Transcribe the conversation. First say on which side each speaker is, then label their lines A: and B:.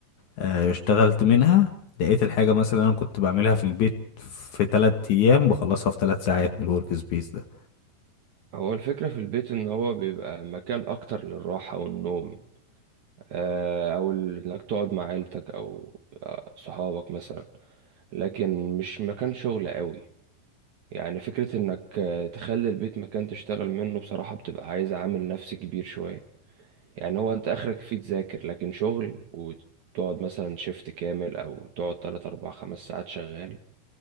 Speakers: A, on the left; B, on the right.
A: آه اشتغلت منها لقيت الحاجة مثلا انا كنت بعملها في البيت في تلات ايام بخلصها في تلات ساعات من الورك سبيس ده
B: هو الفكرة في البيت إن هو بيبقى مكان أكتر للراحة والنوم آه أو ال- إنك تقعد مع عيلتك أو آه، صحابك مثلا لكن مش مكان شغل قوي يعني فكرة انك آه، تخلي البيت مكان تشتغل منه بصراحة بتبقى عايز عامل نفسي كبير شوية يعني هو انت اخرك فيه تذاكر لكن شغل وتقعد مثلا شيفت كامل او تقعد تلات اربع خمس ساعات شغال